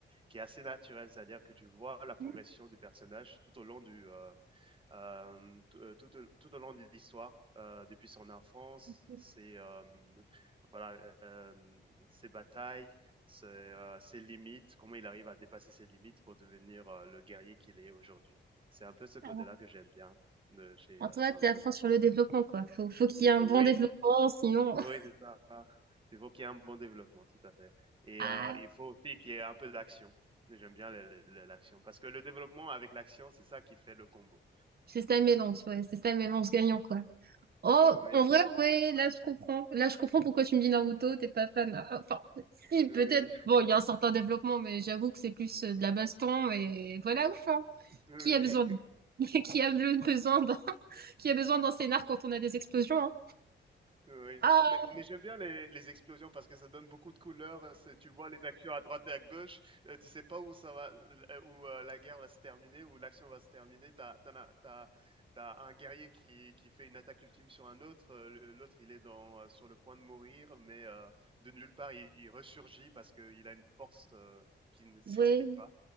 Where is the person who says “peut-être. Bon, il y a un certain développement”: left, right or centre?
Right